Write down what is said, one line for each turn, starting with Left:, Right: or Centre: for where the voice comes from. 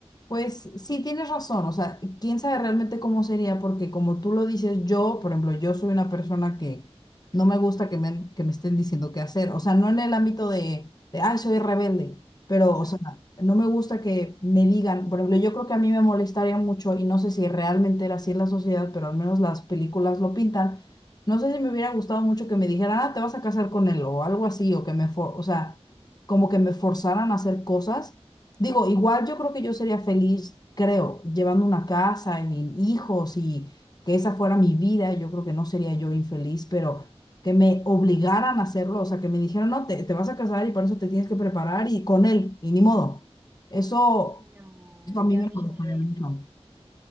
Left: Pues sí, tienes razón, o sea, quién sabe realmente cómo sería, porque como tú lo dices, yo, por ejemplo, yo soy una persona que no me gusta que me, que me estén diciendo qué hacer, o sea, no en el ámbito de, de, ay, soy rebelde, pero,
Right: Ujú.
Left: o sea, no me gusta que me digan, por ejemplo, yo creo que a mí me molestaría mucho, y no sé si realmente era así en la sociedad, pero al menos las películas lo pintan, no sé si me hubiera gustado mucho que me dijeran, ah, te vas a casar con él, o algo así, o que me, for- o sea, como que me forzaran a hacer cosas Digo, igual yo creo que yo sería feliz, creo, llevando una casa y hijos y que esa fuera mi vida. Yo creo que no sería yo infeliz, pero que me obligaran a hacerlo, o sea, que me dijeran, no, te, te vas a casar y para eso te tienes que preparar y con él, y ni modo. Eso,
Right: No,
Left: eso a mí
Right: qué
Left: me
Right: horrible.
Left: molestaría mucho.